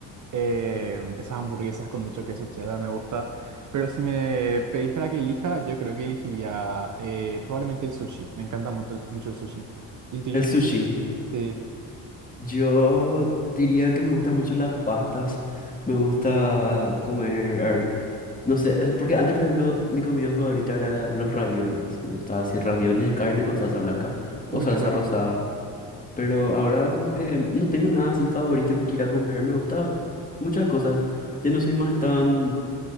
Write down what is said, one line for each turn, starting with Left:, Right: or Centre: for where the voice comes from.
Right: em, esas hamburguesas con mucho queso cheddar me gusta, pero si me pedís para que elija, yo creo que elegiría eh, probablemente el sushi, me encanta mucho, mucho el sushi. ¿Y el tuyo?
Left: El sushi.
Right: Sí.
Left: Yo diría que me gustan mucho las pastas. Me gusta comer, a ver, no sé, es porque antes, por ejemplo, mi comida favorita era los ravioles. Me gustaba así ravioles de carne con salsa blanca
Right: Uy,
Left: o salsa
Right: qué rico.
Left: rosada. Pero ahora como que no tengo nada así favorito que quiera comer. Me gusta muchas cosas. Ya no soy más tan